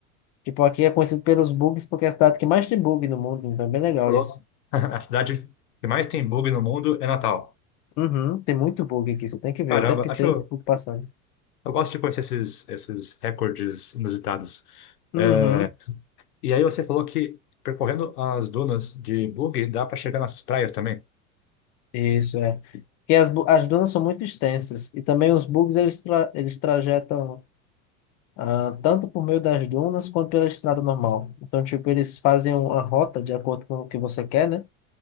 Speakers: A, on the left; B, on the left.
A: Tipo, aqui é conhecido pelos bugs porque é a cidade que mais tem bug no mundo, então é bem legal
B: Louco.
A: isso.
B: <laughs> A cidade que mais tem bug no mundo é Natal.
A: Uhum, tem muito bug aqui, você tem que ver,
B: Caramba,
A: o tempo inteiro
B: acho.
A: o bug passando.
B: Eu gosto de conhecer esses, esses recordes inusitados.
A: Uhum.
B: É, E aí você falou que percorrendo as dunas de buggy dá para chegar nas praias também.
A: Isso, é. Porque as, bu- as dunas são muito extensas e também os bugs eles, tra- eles trajetam ah, tanto por meio das dunas quanto pela estrada normal. Então, tipo, eles fazem uma rota de acordo com o que você quer, né?